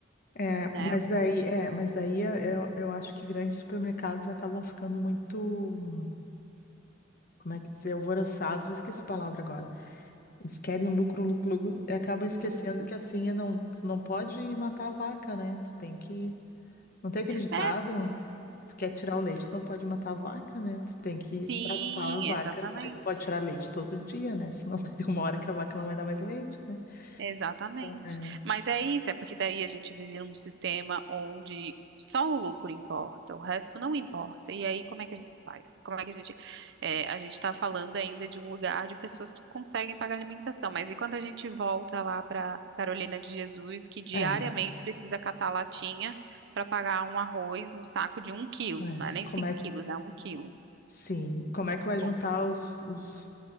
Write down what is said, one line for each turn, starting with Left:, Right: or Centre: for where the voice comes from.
Left: É,
Right: né?
Left: mas daí,
Right: Então,
Left: é, mas daí eh, eu, eu acho que grandes supermercados acabam ficando muito, como é que dizer, alvoroçados, eu esqueci a palavra agora Eles querem lucro, lucro, lucro, e acabam
Right: Hum.
Left: esquecendo que assim, é não, tu não pode matar a vaca, né? Tu tem que. Não tem aquele ditado?
Right: É,
Left: Tu quer tirar o leite, tu não pode matar a vaca, né? Tu tem que
Right: sim,
Left: tratar a vaca.
Right: exatamente.
Left: Aí tu pode tirar leite todo dia, né? Senão <laughs> vai ter uma hora que a vaca não vai dar mais leite, né?
Right: Exatamente.
Left: Então, é,
Right: Mas é isso, é porque daí a gente vive num sistema onde só o lucro importa, o resto não importa. E aí, como é que a gente faz? Como é que a gente. é, a gente está falando ainda de um lugar de pessoas que conseguem pagar alimentação, mas e quando a gente volta lá para Carolina de Jesus, que diariamente
Left: é, é,
Right: precisa catar latinha para pagar um arroz, um saco de um quilo,
Left: é.
Right: não é nem
Left: Como
Right: cinco
Left: é,
Right: quilos, né? Um quilo.
Left: sim, como é que vai juntar
Right: Bom demais.
Left: os, os,